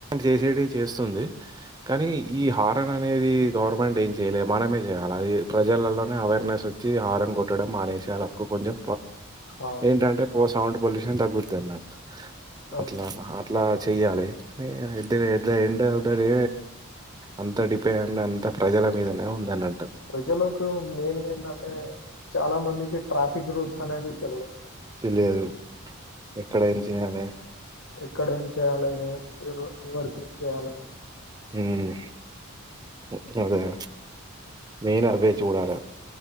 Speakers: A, on the right; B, on the left.
A: చేసేటివి చేస్తుంది కానీ ఈ హ రన్ అనేది గవర్నమెంట్ ఏం చేయలేదు మనమే చేయాలి అది ప్రజలలోనే అవేర్నెస్ వచ్చి హరన్ కొట్ ట్టడం మానేషేయల అప్పుడు కొంచెం
B: అవును
A: ఏంటంటే సౌండ్ పొల్యూషన్ తగ్గుద్ది అన్నట్టు
B: అవును
A: అట్లా అట్లా చెయ్యాలే కానీ at the end of the day అంత డిపెండ్ అంత ప్రజల మీదనే ఉందన్న
B: ప్రజలకు మెయిన్ గా ఏంటంటే చాలా మందికి ట్రాఫిక్ క్ రూల్స్ అనేవి తేల్వావ్
A: లేదు. ఎక్కడ ఏం చేయాలే
B: ఇక్కడ ఏం చేయ్యాలె ఇవర్ ఎవరికి ఏం చెయ్యాలే
A: హ్మ్ ఉక్కదుగా మెయిన్ అవ్వె చూడాల